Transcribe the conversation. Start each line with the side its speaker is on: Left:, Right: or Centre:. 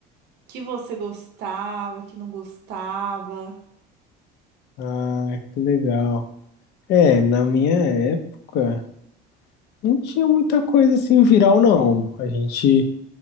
Right: que você gostava, que não gostava?
Left: Ah, que legal. É, na minha época, não tinha muita coisa assim viral, não. A gente